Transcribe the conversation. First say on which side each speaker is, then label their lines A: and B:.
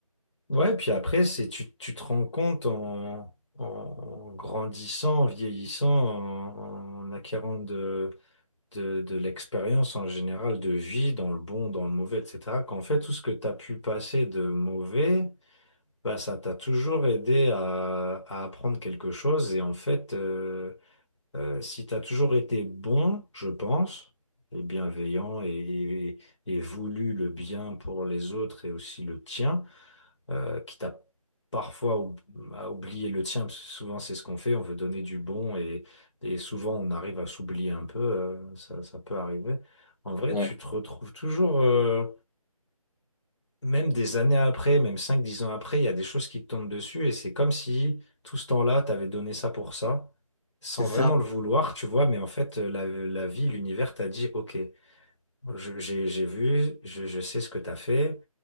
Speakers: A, on the left (about 50°); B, on the left (about 80°).
A: Ouais, puis après, c'est, tu, tu te rends compte en, en grandissant, en vieillissant, en, en acquérant de, de, de l'expérience en général de vie, dans le bon, dans le mauvais, etc., qu'en fait, tout ce que tu as pu passer de mauvais, Bah, ça t'a toujours aidé à, à apprendre quelque chose. Et en fait, euh, euh, si tu as toujours été bon, je pense, et bienveillant et, et- et voulu le bien pour les autres et aussi le tien, euh, quitte à parfois ou- à oublier le tien, parce que souvent c'est ce qu'on fait, on veut donner du bon et, et souvent on arrive à s'oublier un peu, euh, ça, ça peut arriver. En vrai,
B: Ouais,
A: tu te retrouves toujours. euh, même des années après, même cinq, dix ans après, il y a des choses qui te tombent dessus et c'est comme si tout ce temps-là, t'avais donné ça pour ça, sans
B: c'est
A: vraiment
B: ça.
A: le vouloir, tu vois, mais en fait, euh, la, la vie, l'univers t'a dit, OK, je- j'ai j'ai vu, je, je sais ce que t'as fait